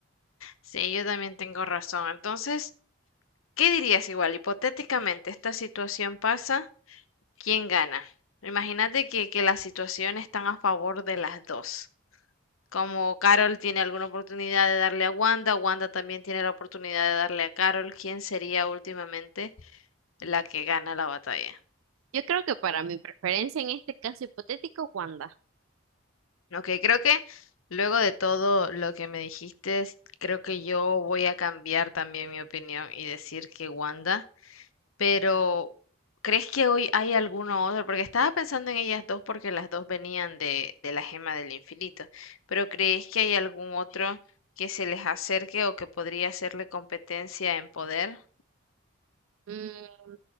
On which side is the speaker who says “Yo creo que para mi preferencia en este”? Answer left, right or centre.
Right